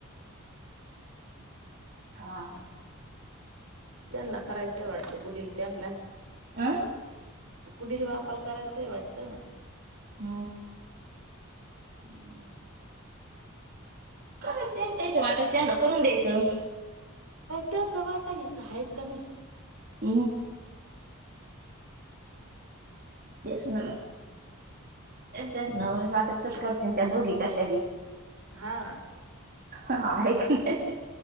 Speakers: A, on the right (about 45°); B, on the right (about 75°).
A: <unintelligible> हा ह
B: त्यांना करायचंय वाटतं गुडील त्यांला,
A: अं
B: गुढीचा बापाला करायचाय वाटतं.
A: हो
B: हम्म,
A: करच त्यां त्यांची वाटत त्यांना करून द्यायचं.
B: त्याचा वाटाही सहायच का नाही.
A: म ते च ना, च ना वाटट करते त्या दोघी कशा बी,
B: हा,
A: ह आहे की नाही.